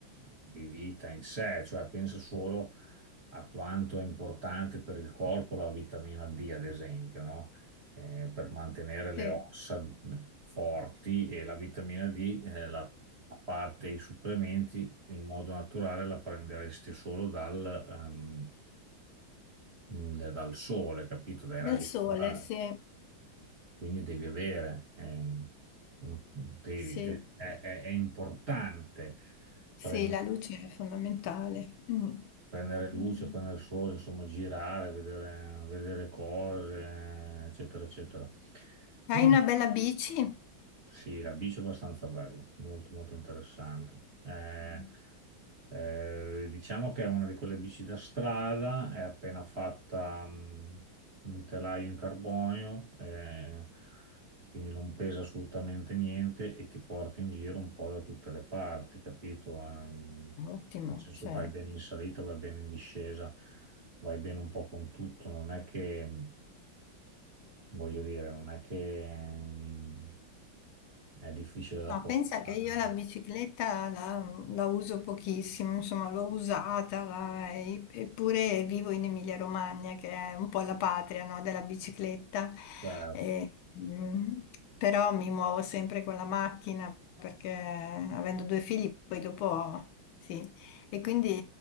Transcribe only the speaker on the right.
di vita in sé, cioè pensa solo a quanto è importante per il corpo la vitamina D, ad esempio, no? Eh, per mantenere le
ossa forti e la vitamina D, eh, la, a parte i supplementi, in modo naturale la prenderesti solo dal... ehm, mh, da- dal sole, capito? Dai
raggi
solari.
Quindi devi avere, eh, mh, devi-
de- è, è- è importante
prendere,
prendere luce,
prendere sole, insomma, girare, vedere, vedere cose, eccetera, eccetera. Quindi
sì, la bici è abbastanza bella, molto, molto interessante. Eh,
Eh, diciamo che è una di quelle bici da strada, è appena fatta mh, un telaio in carbonio, eh, quindi non pesa assolutamente niente e ti porta in giro un po' da tutte le parti, capito? Ehm,
nel senso
vai bene in salita, vai bene in discesa, vai bene un po' con tutto, non è che, voglio dire, non è che mh, è difficile da
portare.
eh,
Certo.